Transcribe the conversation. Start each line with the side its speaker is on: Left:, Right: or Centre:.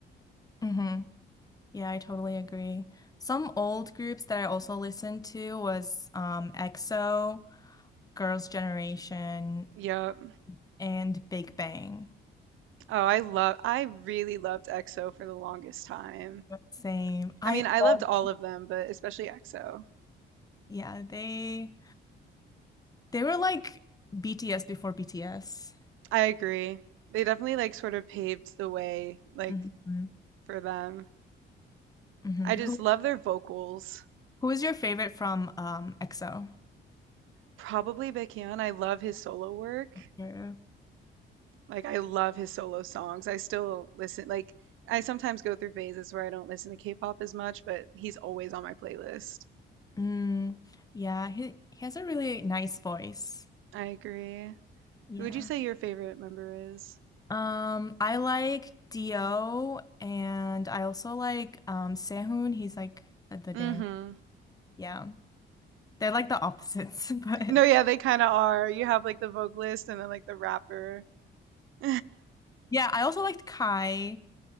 Left: hmm Yeah, I totally agree. Some old groups that I also listened to was um, EXO, Girls' Generation,
Right: Yep.
Left: and Big Bang.
Right: Oh, I love I really loved EXO for the longest time.
Left: Same. I
Right: I mean, I
Left: all
Right: loved all of them, but especially EXO.
Left: yeah, they they were like BTS before BTS.
Right: I agree. They definitely like sort of paved the way like
Left: Mhm.
Right: for them.
Left: Mhm.
Right: I just
Left: Who
Right: love their vocals.
Left: who is your favorite from um EXO?
Right: Probably Baekhyun, I love his solo work.
Left: Yeah.
Right: Like, I love his solo songs. I still listen like, I sometimes go through phases where I don't listen to K-pop as much, but he's always on my playlist.
Left: Mm, yeah, he he has a really nice voice.
Right: I agree.
Left: Yeah.
Right: Who would you say your favorite member is?
Left: Um, I like Dio and I also like um Sehun. He's like at the
Right: Mhm.
Left: dance. Yeah. They're like the opposites, <laughs> but
Right: No, yeah, they kinda are. You have, like, the vocalist and then, like, the rapper. <laughs>
Left: yeah, I also liked Kai.